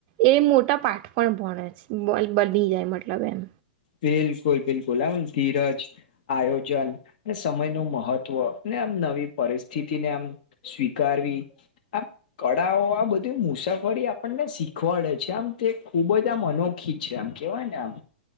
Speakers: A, on the right (about 40°); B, on the left (about 55°).
A: એ મોટા પાઠ પણ ભણે છે. બોલ બદલી જાય મતલબ એમ,
B: બિલકુલ બિલકુલ લાવ ન ધીરજ, આયોજન અને સમય નું મહત્વ અને આમ, નવી પરિસ્થિતિને આમ, સ્વીકારવી આ, કળાઓ આ બધી મુસાફરી આપણને શીખવાડે છે. આમ, તે ખુબ જ આમ અનોખી. છે. આમ કેવાય ને આમ,